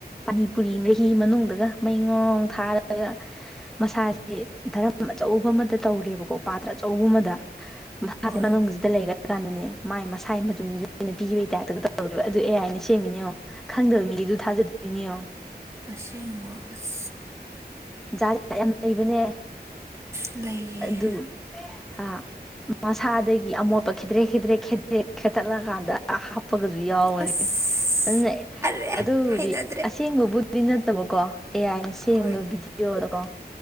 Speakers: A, in the centre; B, on the right (about 15°).
A: ꯄꯥꯅꯤ ꯄꯨꯨꯔꯤ ꯃꯍꯤ ꯃꯅꯨꯡꯗꯒ ꯃꯩ ꯃꯔꯣꯡ ꯊꯥꯔꯒ ꯃꯁꯥꯁꯦ ꯙꯔꯝ ꯑꯆꯧꯕ ꯑꯃꯗ ꯇꯧꯔꯦꯕꯀꯣ ꯄꯥꯇ꯭ꯔ ꯑꯆꯧꯕ ꯑꯃꯗ <unintelligible>
B: ꯍꯣꯏ
A: ꯗ ꯂꯩꯔ ꯀꯥꯟꯗꯅꯦ ꯃꯥꯏ ꯃꯁꯥꯒꯤ ꯃꯇꯗꯨꯁꯨ ꯑꯩꯅ ꯄꯤꯕꯒꯤ ꯇꯥꯏꯞꯇꯒ ꯇꯧꯗꯣꯏꯕ ꯑꯗꯨ ꯑꯦ ꯍꯥꯏꯅ ꯁꯦꯝꯃꯤꯅꯦꯉꯣ ꯈꯪꯗꯕ ꯃꯤꯗꯤ ꯑꯗꯨ ꯊꯥꯖꯗꯣꯏꯅꯤ ꯌꯣꯡ
B: ꯑꯁꯦꯡꯕ ꯑꯁ
A: ꯖꯥꯠ ꯖꯥꯠ ꯌꯥꯝ ꯂꯩꯕꯅꯦ
B: ꯂꯩꯌꯦ
A: ꯑꯗꯨ ꯑ ꯃꯁꯥꯗꯒꯤ ꯑꯃꯣꯠꯄ ꯈꯤꯗ꯭ꯔꯦ ꯈꯤꯗ꯭ꯔꯦ ꯈꯦꯠꯇꯠꯂꯀꯥꯟꯗ ꯍꯥꯞꯄꯒꯁꯨ ꯌꯥꯎꯕꯅꯤ
B: ꯑꯁ
A: ꯑꯗꯨꯅ
B: ꯑꯔꯦ
A: ꯑꯗꯨꯕꯨꯗꯤ
B: ꯍꯩꯅꯗ꯭ꯔꯦ
A: ꯑꯁꯦꯡꯕꯕꯨ ꯑꯗꯨ ꯅꯠꯇꯕꯀꯣ ꯑꯦ ꯑꯥꯏꯅ ꯁꯦꯝꯕ
B: ꯍꯣꯏ
A: ꯚꯤꯗꯤꯑꯣꯗ ꯀꯣ